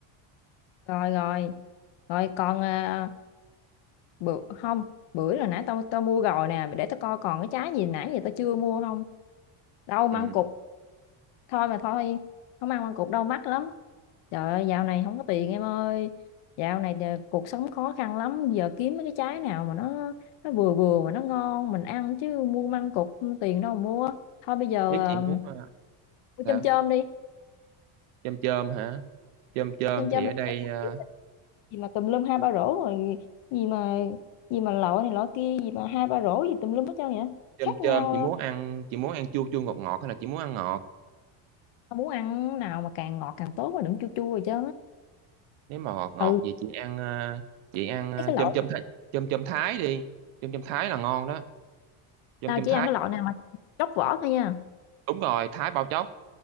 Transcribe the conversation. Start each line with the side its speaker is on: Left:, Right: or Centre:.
Left: rồi rồi. Rồi còn à, bữa không, bữa là nãy tao tao mua rồi nè, để tao coi còn cái trái gì nãy giờ tao chưa mua không? Đâu măng
Right: ừ
Left: cụt thôi mà thôi không ăn măng cụt đau mắt lắm trời ơi dạo này không có tiền em ơi dạo này ờ, cuộc sống khó khăn lắm giờ kiếm mấy cái trái nào mà nó nó vừa vừa mà nó ngon mình ăn chứ mua măng cụt tiền đâu mà mua thôi bây giờ
Right: biết
Left: ờ,
Right: chị muốn ờ,
Left: mua
Right: sao
Left: chôm chôm đi
Right: chôm chôm hả chôm chôm
Left: chôm
Right: thì
Left: chôm
Right: ở đây ờ,
Left: đi gì mà tùm lum hai ba rổ rồi gì mà gì mà lọ này lọ kia gì mà hai ba rổ gì tùm lum hết trơn vậy
Right: chôm
Left: khác nhau
Right: chôm chị muốn ăn chị muốn ăn chua chua ngọt ngọt hay là chị muốn ăn ngọt
Left: ờ, muốn ăn nào mà càng ngọt càng tốt mà đừng chua chua rồi chứ
Right: nếu mà ngọt ngọt
Left: ừ
Right: vậy chị ăn ờ, chị ăn ờ,
Left: thấy cái loại
Right: chôm chôm thái chôm chôm thái đi chôm chôm thái là ngon đó chôm
Left: tao
Right: chôm
Left: chỉ
Right: thái
Left: ăn cái loại nào mà tróc vỏ thôi nha
Right: đúng rồi thái bao chóc